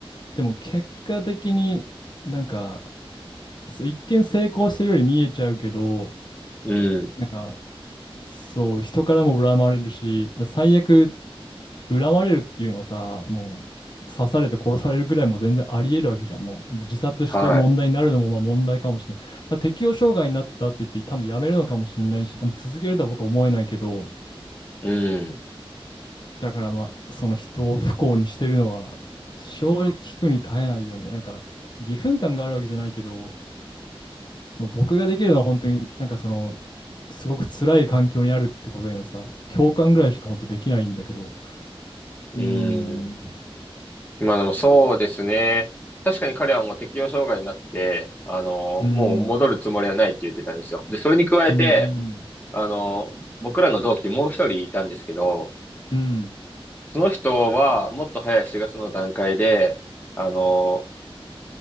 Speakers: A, on the left; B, on the left.
A: でも結果的になんか、そう、一見成功してるように見えちゃうけど、
B: うん、
A: なんか、そう、人からも恨まれるし、最悪恨まれるっていうのはさ、もう刺されて殺されるぐらいも全然あり得るわけじゃん。もう自殺して問題になるのもまあ問題かもしれない。
B: は
A: だから適応障害になったって言って多分やめるのかもしれないし、多分続けるとは僕は思えないけど、
B: い、うん、
A: だからまあその人を不幸にしてるのは正直聞くに耐えないよね。なんか義憤感があるわけじゃないけど、もう僕ができるのは本当になんかそのすごく辛い環境にあるってことへのさ、共感ぐらいしか本当できないんだけど。
B: う
A: うーん。
B: ん。今でもそうですね。確かに彼はもう適応障害になって、あの、
A: うん。
B: もう戻るつもりはないって言ってたんですよ。で、それに加えて、
A: うんうん。
B: あの、僕らの同期にもう一人いたんですけど、
A: うん、
B: その人はもっと早い4月の段階で、あの、